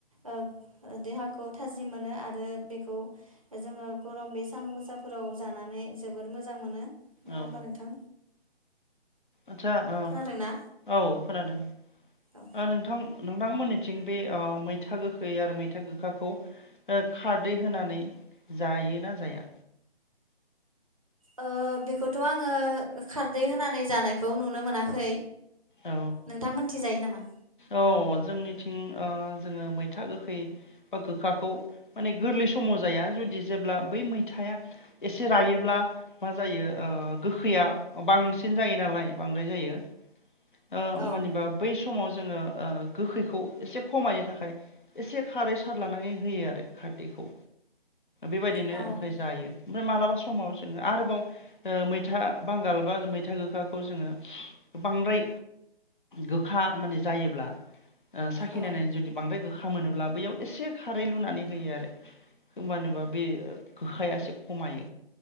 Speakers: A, on the right; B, on the left.
A: ओ ओ देहाखौ थाजिम मोनो आरो बेखौ जोङो गरम बे सान्दुं गोसा फोराव जानानै जोबोद मोजां मोनो नङा
B: औ
A: होमबा नोंथां?
B: आदसा उ
A: खोनादोंना
B: औ खोनादों
A: औ
B: ओ नोंथां नोंथांमोननिथिं बे ओ मैथा गोखै आरो मैथा गोखाखौ ओ खारदै होनानै जायो ना जाया
A: ओ बेखौथ' आङो खारदै होनानै जानायखौ नुनो मोनाखै
B: औ
A: नोंथां मोननिथिं जायो नामा?
B: औ जोंनिथिं ओ जोंङो मैथा गोखै बा गोखाखौ माने गोरलै समाव जाया जुदि जेब्ला बै मैथाया एसे रायोब्ला मा जायो ओ गोखैया बांसिन जायो नालाय बांद्राय जायो ओ
A: औ
B: ओमबानिबा बै समाव जोङो ओ गोखैखौ एसे खमायनो थाखाय एसे खारै सारलानानै होयो आरो खारदैखौ बेबायदिनो
A: औ
B: ओमफ्राय जायो ओमफ्राय मालाबा समाव जोङो आरोबाव ओ मैथा बांगाल बा मैथा गोखाखौ जोङो बांद्राय गोखा माने जायोब्ला ओ साखिनायनानै
A: औ
B: जुदि बांद्राय गोखा खा मोनोब्ला बैयाव एसे खारै लुनानै होयो आरो होमबानोबा बे ओ गोखाया एसे खमायो